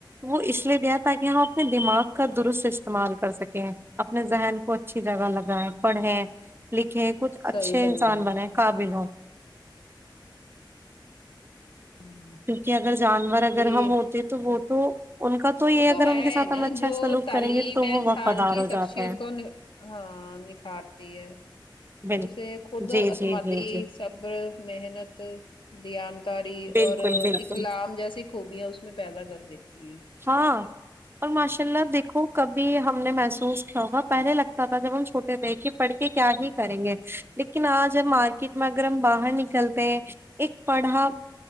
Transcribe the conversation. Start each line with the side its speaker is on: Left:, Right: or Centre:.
Right: وہ اس لیے دیا تاکہ ہم اپنے دماغ کا درست استعمال کر سکیں اپنے ذہن کو اچھی جگہ لگائیں پڑھیں لکھیں کچھ
Left: صحیح
Right: اچھے
Left: فرمایا
Right: انسان بنے
Left: آپ نے
Right: قابل ہوں
Left: ہوں،
Right: کیونکہ اگر جانور اگر
Left: ابھی
Right: ہم ہوتے تو وہ تو ان کا یہ
Left: وہ تو
Right: اگر
Left: ہے
Right: ان کے ساتھ
Left: نا
Right: ہم اچھا
Left: جو
Right: سلوک
Left: تعلیم
Right: کریں گے تو
Left: ہے
Right: وہ
Left: انسان
Right: وفادار
Left: کی
Right: ہو
Left: شخصیت
Right: جاتے ہیں
Left: کو ہاں نکھارتی ہے
Right: بالکل
Left: اور اسے خود اعتمادی
Right: جی جی جی جی
Left: صبر محنت دیانتداری
Right: بالکل
Left: اور اور
Right: بالکل
Left: اخلاق جیسی خوبیاں اس میں پیدا کر دیتی ہیں
Right: ہاں اور ماشاء اللہ دیکھو کبھی ہم نے محسوس کیا ہوگا پہلے لگتا تھا جب ہم چھوٹے لکھ پڑھ کے کیا ہی کریں گے لیکن آج ہم مارکیٹ میں اگر ہم باہر نکلتے ہیں ایک پڑھا